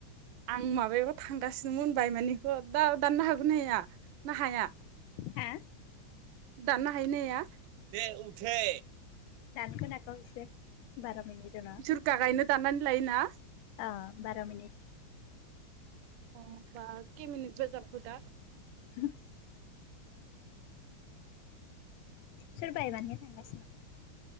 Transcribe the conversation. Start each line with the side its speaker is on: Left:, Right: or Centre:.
Right: आं माबायावबु थांगासिनोमोन बायमानानिखौ दा दाननो हागोन हाया? ना हाया
Left: हा
Right: दाननो हायो ना हाया? दे उथै।
Left: दानखौ नाख' इसे बारा मिनि दना
Right: दुर्गा गायनो दानानै लायोना?
Left: अ बार' मिनिट।
Right: अ बा खे मिनिटसो जाखु दा?
Left: <inaudible> सोरबाया बानो थांगासिनो दं